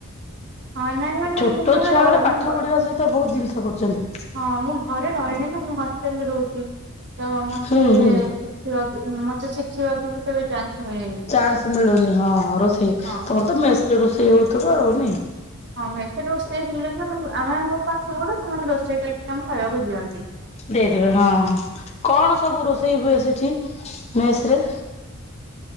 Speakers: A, on the right; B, on the left.
A: ହଁ ନାଇଁ ମାନେ
B: ଛୋଟ
A: ମୁଁ କେବେ
B: ଛୁଆ
A: ରହି
B: ମାନେ ପାଠ
A: ମୁଁ
B: ପଢିବା ସହିତ ବହୁତ ଜିନିଷ କରୁଛନ୍ତି।
A: ହଁ ମୁଁ ଘରେ ରହିଲି ନା ମୁଁ ହଷ୍ଟେଲରେ ରହୁଛି। ତ ମତେ
B: ହୁଁ
A: ଶିଖିବାକୁ
B: ହୁଁ।
A: ମତେ ଶିଖିବାକୁ ବି କେବେ ଚାନ୍ସ ମିଳିନି।
B: ଚାନ୍ସ ମିଳୁନି ହଁଁ ହଁ ରୋଷେଇ
A: ହଁ।
B: ତମର ତ ମେସରେ ରୋଷେଇ ହଉଥିବ ଆଉ ନାଇଁ।
A: ହଁ ମେସ ରେ ରୋଷେଇ ଥିଲୁ ଯେ ଆମେ ଆମର ପାଠ ପଢୁ ସେମାନେ ରୋଷେଇ କରିକି ଆମ ଖାଇବାକୁ ଦିଅନ୍ତି।
B: ଦେଇଦେବେ ହଁ କଣ ସବୁ ରୋଷେଇ ହୁଏ ସେଠି ମେସ ରେ?